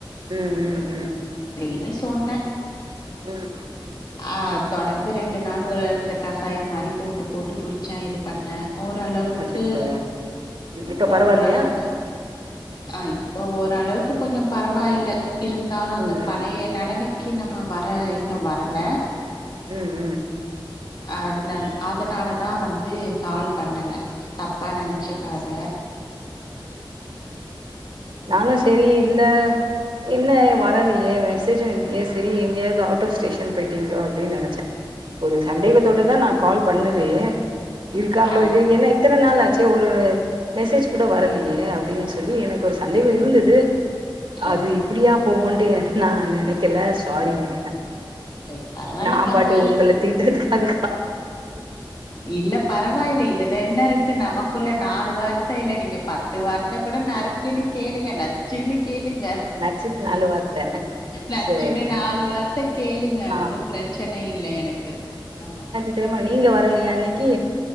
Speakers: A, on the right; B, on the left.
A: உம் உம் உம்
B: ன்னு சொன்ன
A: ம் ஹும்
B: ஆ தொடர்ந்து ரெண்டு நாள் ஒரு அந்த கஷாயம் மாரி போட்டு போட்டு குடிச்சே இது பண்ணே ஓரளவுக்கு
A: அச்சச்சோ இப்ப பரவாயில்லையா
B: ஓரளவுக்கு <unintelligible> இப்போ ஓரளவுக்கு கொஞ்சம் பரவாயில்ல இருந்தாலும் அந்த
A: ம் ம்
B: பழைய நலமை <unintelligible> நம்ம வர இன்னும் வரல
A: உம் உம்
B: அதனா அதனாலதா வந்து கால் பண்ணல <unintelligible> ப்பா நனச்சிக்காத
A: சரி சரி நானும் சரி இல்ல என்ன வரலியே மெசேஜும் இல்லயே செரி எங்கேயாவது அவுட் ஆஃப் ஸ்டேஷன் போயிட்டீங்ளோ அப்டின்னு நினச்சேன் ஒரு சந்தேகத்தோடதான் நான் கால் பண்ணதே இருக்காங்களோ
B: அவ்
A: இல்லையோ ஏன்னா இத்தன நாள் ஆச் ஒரு மெசேஜ் கூட வரலையே அப்படின்னு சொல்லி எனக்கு ஒரு சந்தேகம் இருந்தது
B: ஓ
A: அது இப்படியா போகும்னு <unintelligible> நா நெனைக்கல சாரிங்க
B: சேரி பரவால்ல
A: நான்
B: பரவால்ல
A: பாட்டு உங்கள திட்டரது அது
B: இல்ல பரவாயில்ல இதுல என்ன இருக் க்கு நமக்குள்ள நாலு வார் இல்ல இல்ல நீங்க பத்து வார்த்தை கூட நறுக்குன்னு கேளுங்க நச்சின்னு கேளுங்க
A: நச்சுன்னு நாலு வார்த்த
B: நச்சின்னு
A: சேரி
B: நாலு வார் கேளுங்க
A: ஆ
B: ஒன்னும் பிரச்சன இல்ல எனக்கு ஆ ஆ
A: திரமா நீங்க வரலையா இன்னிக்கி